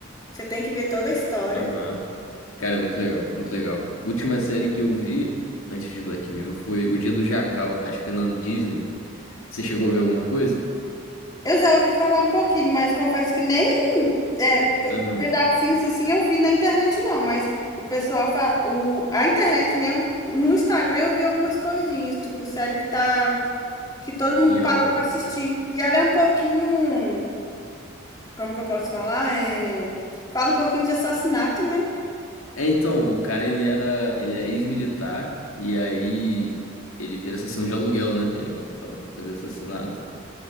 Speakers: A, on the left; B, on the left.
A: você tem que ver toda a história.
B: Aham. Cara, muito legal, muito legal. Última série que eu vi antes de Black Mirror foi O Dia do Jacal, acho que tem na Disney. Você chegou a ver alguma coisa?
A: Eu já ouvi falar um pouquinho, mas confesso que nem é, pe-
B: Aham,
A: pedacinhos assim eu vi na internet, não, mas. O pessoal, fa... o... a internet mesmo, no Instagram eu vi algumas coisinhas, tipo, série que tá que todo mundo
B: em
A: parou
B: alta.
A: para assistir. E ela é um pouquinho, como que eu posso falar? É, fala um pouquinho de assassinato, né?
B: É, então, o cara ele era, ele é ex-militar e aí ele vira assassino de aluguel, né? Ele é contratado pra fazer assassinato.